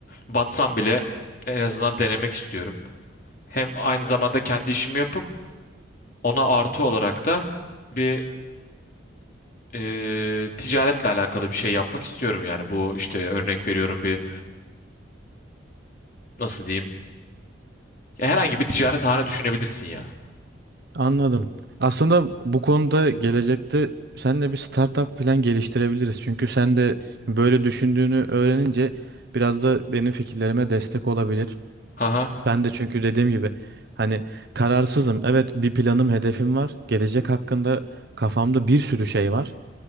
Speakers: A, on the left (about 45°); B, on the right (about 55°).
A: Batsam bile en azından denemek istiyorum. Hem aynı zamanda kendi işimi yapıp ona artı olarak da bir e, ticaretle alakalı bir şey yapmak istiyorum. Yani bu işte örnek veriyorum bir nasıl diyeyim? Ya herhangi bir ticarethane düşünebilirsin ya.
B: Anladım. Aslında bu konuda gelecekte seninle bir startup plan geliştirebiliriz. Çünkü sen de böyle düşündüğünü öğrenince biraz da benim fikirlerime destek olabilir.
A: Aha.
B: Ben de çünkü dediğim gibi hani kararsızım. Evet bir planım, hedefim var. Gelecek hakkında kafamda bir sürü şey var.